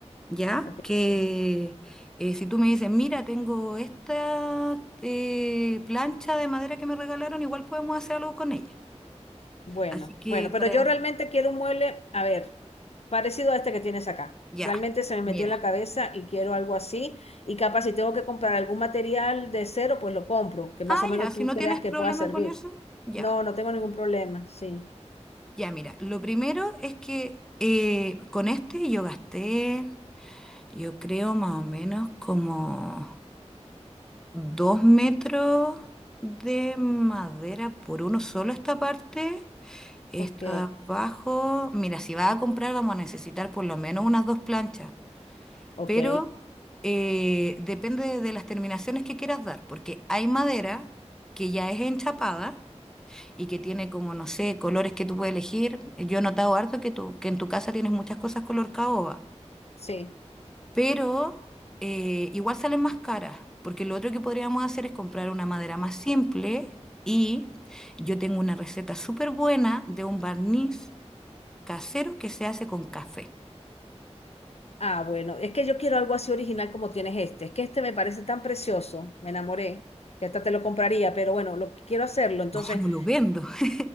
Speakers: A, in the centre; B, on the left.
A: ¿ya?
B: ok.
A: Que
B: ok.
A: eh, si tú me dices, mira, tengo esta eh, plancha de madera que me regalaron, igual podemos hacer algo con ella.
B: Bueno,
A: Así que,
B: bueno,
A: para...
B: pero yo realmente quiero un mueble, a ver, parecido a este que tienes acá.
A: ya,
B: Realmente se me metió
A: mira.
B: en la cabeza y quiero algo así. Y capaz si tengo que comprar algún material de cero, pues lo compro, que más
A: Ah,
B: o menos
A: ya, si
B: tú
A: no
B: creas
A: tienes problema
B: que pueda servir.
A: con eso, ya.
B: No, no tengo ningún problema, sí.
A: Ya, mira, lo primero es que eh, con este yo gasté, yo creo más o menos como dos metros de madera por uno solo esta parte. Esto
B: Ok,
A: de abajo, mira, si vas a comprar vamos a necesitar por lo menos unas dos planchas,
B: ok,
A: pero eh, depende de las terminaciones que quieras dar, porque hay madera que ya es enchapada y que tiene como, no sé, colores que tú puedes elegir. Yo he notado harto que, tú, que en tu casa tienes muchas cosas color caoba,
B: sí.
A: pero eh, igual salen más caras, porque lo otro que podríamos hacer es comprar una madera más simple y yo tengo una receta súper buena de un barniz casero que se hace con café. <laughs>
B: Ah, bueno, es que yo quiero algo así original como tienes este. Es que este me parece tan precioso, me enamoré, que hasta te lo compraría, pero bueno, lo quiero hacerlo. Entonces,
A: No, no lo vendo. <laughs>